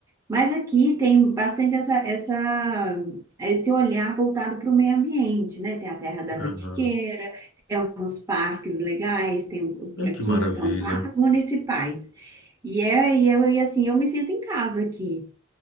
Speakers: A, on the right; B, on the left.
A: Mas aqui tem bastante essa, essa, esse olhar voltado para o meio ambiente, né? Tem a Serra da Mantiqueira,
B: Aham.
A: tem alguns parques legais, tem,
B: Ah,
A: aqui
B: Que maravilha.
A: são parques municipais. E, é, e, eu, e assim, eu me sinto em casa aqui.